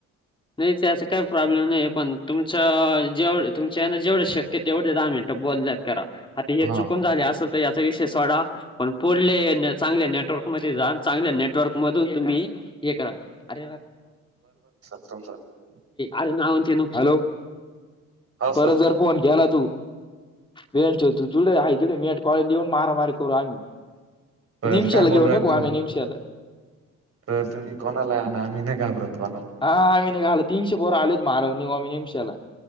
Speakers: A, on the left; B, on the right.
A: नाही त्याचा काही प्रॉब्लेम नाही पण तुमचं जेवढ तुमच्या यांना जेवढं शक्य तेवढे दहा मिनिटे बोलल्यात करा. आता हे
B: हा
A: चुकून झाले असेल तर विषय सोडा पण पुढले चांगल्या नेटवर्क मध्ये जा चांगल्या नेटवर्क मधून तुम्ही हे करा अरे
B: म सर <unintelligible>
A: अरे ना म्हचे न हॅलो
B: हा
A: परत
B: सर
A: जर फोन घ्याला तू वे च होत तथुड <unintelligible> मी कॉलेज ला येऊन मारामारी करू आम्ही
B: तर
A: निमशाला
B: काय बोलू
A: घेऊन
B: राल
A: येऊ
B: तुम्ही
A: का आम्ही निमशाला
B: तर तुम्ही कोणाला आणा आम्ही नाही घाबरत कोणाला.
A: हा आम्ही नाही घाबरत. तीनशे पोरं आलोत मारायलाश निघ आम्ही निमशाला